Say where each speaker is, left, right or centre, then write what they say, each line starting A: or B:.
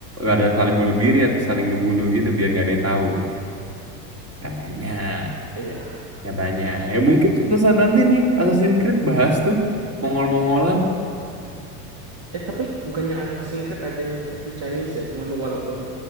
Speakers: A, on the right; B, on the right.
A: Gak ada saling bunuh diri atau saling ngebunuh gitu biar nggak ada yang tahu gitu. Katanya,
B: Iya.
A: katanya. Ya mungkin suatu saat nanti nih Assassin's Creed bahas tuh Mongol-Mongolan.
B: Eh tapi bukannya Assassin's Creed ada yang versi Chinese ya? Cuman walaupun